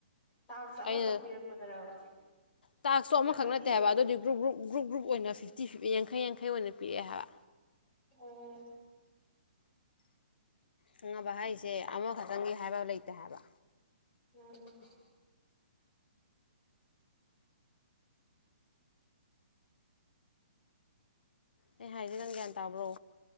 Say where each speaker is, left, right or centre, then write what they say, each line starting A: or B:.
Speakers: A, on the left; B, on the left.
A: ꯇꯥꯛꯁ ꯑꯃꯈꯛ
B: ꯑꯩꯅ
A: ꯄꯤꯔꯛꯄꯗꯔꯕ
B: ꯇꯥꯛꯁꯇꯣ ꯑꯃꯈꯛ
A: ꯃꯌꯥꯝ
B: ꯅꯠꯇꯦ
A: ꯄꯤꯕ꯭ꯔꯕ
B: ꯍꯥꯏꯕ ꯑꯗꯨꯗꯤ ꯒ꯭ꯔꯨꯞ ꯒ꯭ꯔꯨꯞ ꯒ꯭ꯔꯨꯞ ꯒ꯭ꯔꯨꯞ ꯑꯣꯏꯅ ꯐꯤꯐꯇꯤ ꯐꯤꯞꯇ ꯌꯥꯡꯈꯩ ꯌꯥꯡꯈꯩ ꯑꯣꯏꯅ ꯄꯤꯛꯑꯦ ꯍꯥꯏꯕ
A: ꯑꯣ
B: ꯈꯪꯕꯍꯩꯁꯦ ꯑꯃꯈꯛꯇꯪꯒꯤ ꯍꯥꯏꯕ ꯂꯩꯇꯦ ꯍꯥꯏꯕ
A: ꯑ
B: ꯑꯩ ꯍꯥꯏꯁꯦ ꯅꯪ ꯒ꯭ꯌꯥꯟ ꯇꯥꯕ꯭ꯔꯣ